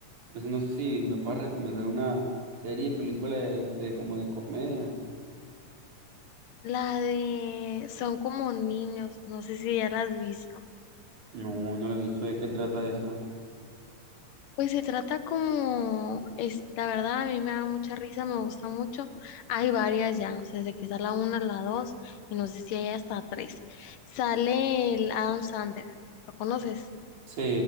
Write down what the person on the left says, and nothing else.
La de Son como niños, no sé si ya la has visto.
Pues se trata como, es, la verdad, a mí me da mucha risa, me gusta mucho. Hay varias ya, no sé, desde que está la una, la dos, y no sé si hay hasta tres. Sale el Adam Sandler, ¿lo conoces?